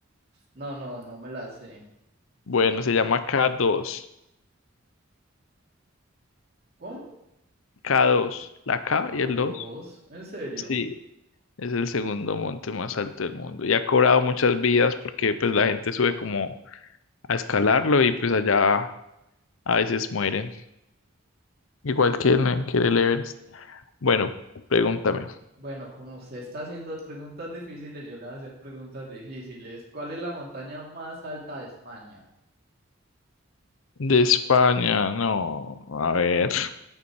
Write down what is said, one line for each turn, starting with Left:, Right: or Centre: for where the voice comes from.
Right: No, no, no me la sé.
Left: Bueno, se llama k dos
Right: ¿Cómo?
Left: k dos La K
Right: K
Left: y el
Right: dos?
Left: 2.
Right: ¿En serio?
Left: Sí, es el segundo monte más alto del mundo. Y ha cobrado muchas vidas porque pues la gente sube como a escalarlo y pues allá a veces mueren. Igual que en, que en el Everest. Bueno, pregúntame.
Right: Bueno, como usted está haciendo preguntas difíciles, yo le voy a hacer preguntas difíciles. ¿Cuál es la montaña más alta de España?
Left: De España, no. A ver.